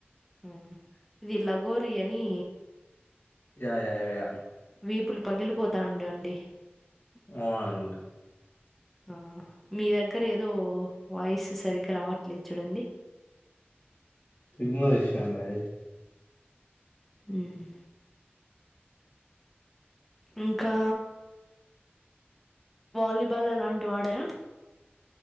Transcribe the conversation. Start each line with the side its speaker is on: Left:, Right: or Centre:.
Centre: హ్మ్మ్ వి లగోరి అని
Left: యా యా యా
Centre: వీపులు పగిలిపోతానండి అండి
Left: వాండ్
Centre: ఆ మీ దగ్గర ఏదో వాయిస్ సరిగ్గా రావట్లేదు చూడండి
Left: చిన్నా విషయండి అది
Centre: హ్మ్మ్ ఇంకా వాలి బాల్ అలాంటివి ఆడారా